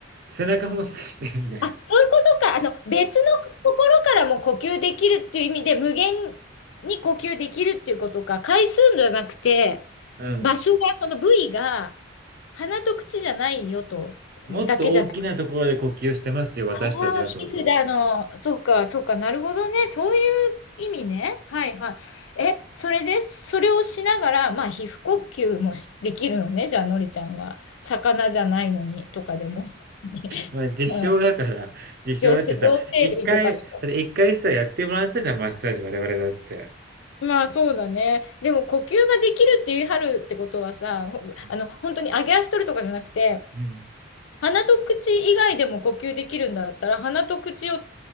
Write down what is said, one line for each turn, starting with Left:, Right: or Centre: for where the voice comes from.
Right: 背中もついてるみたいな。
Left: あ、そういうことか。あの、別の心からも呼吸できるっていう意味で、無限に呼吸できるっていうことか。回数じゃなくて、
Right: うん。
Left: 場所が、その部位が、鼻と口じゃないよと、
Right: もっと大きなところで呼吸してますよ、
Left: だけじゃな
Right: 私たちはってこと。
Left: ああ、皮膚で、あの、そうか、そうか、なるほどね。そういう意味ね。はいはい。え、それで、それをしながら、まあ、皮膚呼吸もしできるのね。じゃあ、のりちゃんは。魚じゃないのに、とかでも。<laughs>
Right: まあね、実証だから、
Left: うん
Right: <laughs> 実証だってさ、
Left: 両生、両生類とかしか。
Right: 一回、だって一回さ、やってもらったじゃん、マッサージ、我々だって。
Left: まあ、そうだね。でも、呼吸ができるって言い張るってことはさ、ほあの、
Right: うん。
Left: 本当に揚げ足取るとかじゃなくて、
Right: うん。
Left: 鼻と口以外でも呼吸できるんだったら、鼻と口を